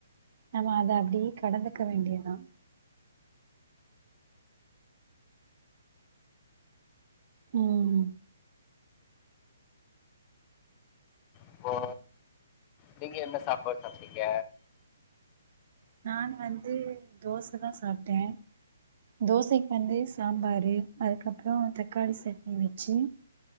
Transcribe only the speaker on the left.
இப்போ நீங்க என்ன சாப்பாடு சாப்ட்டிங்க